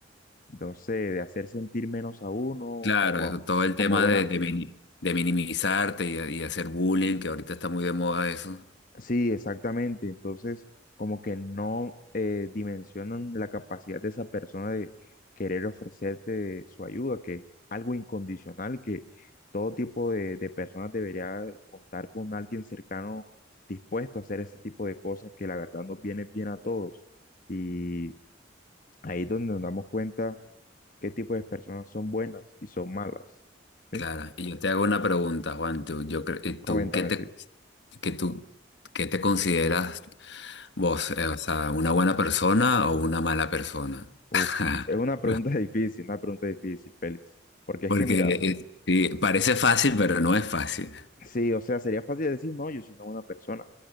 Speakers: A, on the left; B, on the left.
A: no sé, de hacer sentir menos a uno
B: Claro,
A: o
B: eso- todo el
A: como
B: tema
A: buena,
B: de, de, mini- de minimizarte y, y hacer bullying, que ahorita está muy de moda eso.
A: Sí, exactamente. Entonces, como que no eh, dimensionan la capacidad de esa persona de querer ofrecerte su ayuda, que es algo incondicional, que todo tipo de, de personas debería contar con alguien cercano dispuesto a hacer ese tipo de cosas que la verdad nos viene bien a todos. Y ahí es donde nos damos cuenta qué tipo de personas son buenas y son malas.
B: Claro,
A: ¿Sí?
B: y yo te hago una pregunta, Juan, tú, yo, cre- eh,
A: Coméntame,
B: tú, ¿qué te,
A: sí.
B: que tú, qué te consideras vos? Eh, o sea, ¿una buena persona o una mala persona?
A: Uf,
B: <laughs>
A: es una pregunta <laughs> difícil, una pregunta difícil, Félix. Porque es
B: Porque
A: que, mira,
B: eh, sí, parece fácil, pero no es fácil.
A: Sí, o sea, sería fácil decir, no, yo soy una buena persona. O